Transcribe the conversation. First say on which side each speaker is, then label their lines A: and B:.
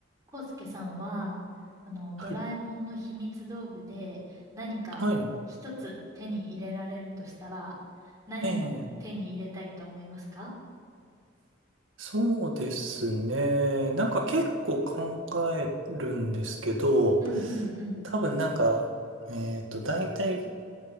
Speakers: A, on the right; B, on the right.
A: コウスケさんは、あの、ドラえもんの秘密道具で何か一つ手に入れられるとしたら、
B: はい。はい。
A: 何を手に入れたいと思いますか
B: ええ、そうですね。なんか結構考えるんですけど、
A: うん、うん、うん、うん。
B: 多分なんか、えっと、大体、